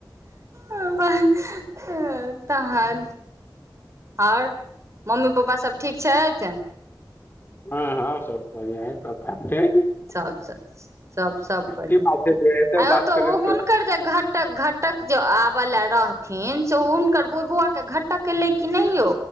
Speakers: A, on the right; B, on the left.
A: औ बैह <unintelligible> तहन अओर मम्मी पप्पा सब ठीक छैथ।
B: हँ-हँ सब बढ़ियां हय सब <unintelligible> छै।
A: सब-सब-सब- सब बढ़ियां,
B: की बात छै जे एतेक
A: आ यौ
B: बात
A: तऽ
B: करैत
A: ओ हुनकर जे घटक-घटक जो आबऽ लै रह थीन, से हुनकर बो बौआ के घटक एलै की नहि यौ,